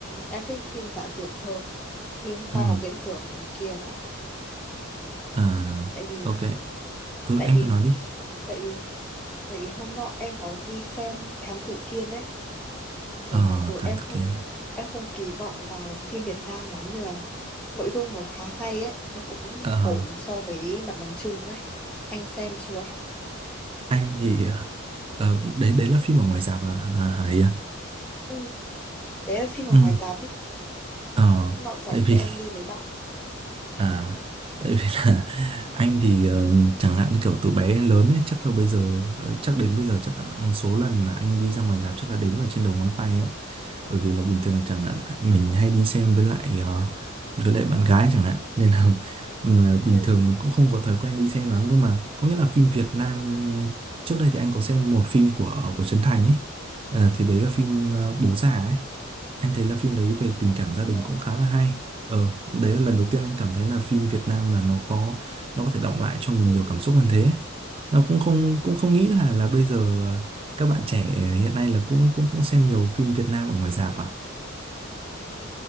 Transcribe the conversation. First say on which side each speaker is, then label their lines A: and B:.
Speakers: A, in the centre; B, on the right.
A: em thích phim giả tưởng hơn, phim khoa
B: Ừ,
A: học viễn tưởng này kia nữa.
B: à,
A: Tại vì,
B: ok. Ừ,
A: tại
B: em
A: vì
B: cứ nói đi.
A: tại vì tại vì hôm nọ em có đi xem Thám Tử Kiên ấy kiểu
B: Ờ,
A: mặc dù
B: Thám
A: em
B: Tử
A: không
B: Kiên.
A: em không kỳ vọng vào phim Việt Nam lắm nhưng mà nội dung nó khá hay ấy nó cũng
B: Ờ,
A: ổn so với mặt bằng chung ấy anh xem chưa
B: anh thì... ờ, ờ, đấy đấy là phim ở ngoài rạp à, à, Hải à?
A: ừ đấy là phim ở
B: Ừ.
A: ngoài rạp đấy
B: Ờ,
A: hôm nọ rảnh
B: tại vì
A: thì em đi với bạn
B: À, tại vì là <laughs> anh thì ờ, chẳng hạn như kiểu từ bé đến lớn ấy, chắc là bây giờ ờ, chắc đến bây giờ chắc là số lần mà anh đi ra ngoài rạp chắc là đếm vào trên đầu ngón tay á, bởi vì là bình thường chẳng hạn mình hay đi xem với lại ờ, với lại bạn gái chẳng hạn <laughs> nên là mà bình
A: ừ
B: thường mình cũng không có thói quen đi xem lắm nhưng mà có nghĩa là phim Việt Nam trước đây thì anh có xem một phim của của Trấn Thành ấy, Ờ, thì đấy là phim ờ, Bố Già ấy anh thấy là phim đấy về tình cảm gia đình
A: Ồ.
B: cũng khá là hay. Ờ, đấy là lần đầu tiên anh cảm thấy là phim Việt Nam mà nó có nó có thể đọng lại cho mình
A: ừ
B: nhiều cảm xúc hơn thế. Nó cũng không cũng không nghĩ là là bây giờ ờ, các bạn trẻ hiện nay là cũng cũng cũng xem nhiều phim Việt Nam ở ngoài rạp à?